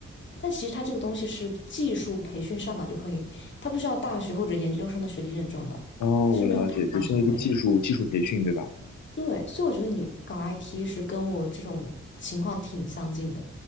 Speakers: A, on the left (about 40°); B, on the left (about 80°).
A: 但其实他这个东西是技术培训上岗就可以，他不需要大学或者研究生的学历认证的，
B: 哦，
A: 其实没有太大所谓。
B: 我了解，只需要一个技术技术培训，对吧？
A: 对，所以我觉得你搞 IT 是跟我这种情况挺相近的。